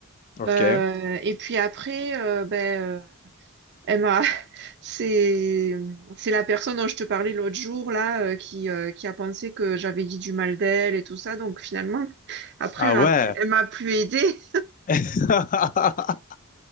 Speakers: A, on the left (about 35°); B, on the right (about 50°).
A: Ok.
B: Euh, et puis après, euh, ben euh, elle m'a <laughs> C'est c'est la personne dont je te parlais l'autre jour là euh, qui euh, qui a pensé que j'avais dit du mal d'elle et tout ça. Donc finalement, après
A: Ah
B: elle
A: ouais.
B: a pu elle m'a plus aidée
A: <laughs>